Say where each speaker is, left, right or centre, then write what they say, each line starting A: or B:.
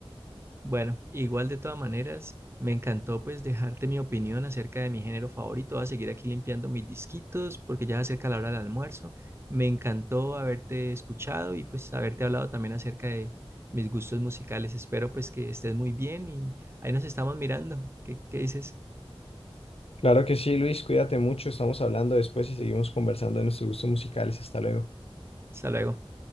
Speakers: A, on the right; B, on the left.
A: Bueno, igual de todas maneras, me encantó pues dejarte mi opinión acerca de mi género favorito. Voy a seguir aquí limpiando mis disquitos porque ya se acerca la hora del almuerzo. Me encantó haberte escuchado y pues haberte hablado también acerca de mis gustos musicales. Espero pues que estés muy bien y ahí nos estamos mirando. ¿Qué, qué dices?
B: Claro que sí, Luis, cuídate mucho, estamos hablando después y seguimos conversando de nuestros gustos musicales. Hasta luego.
A: Hasta luego.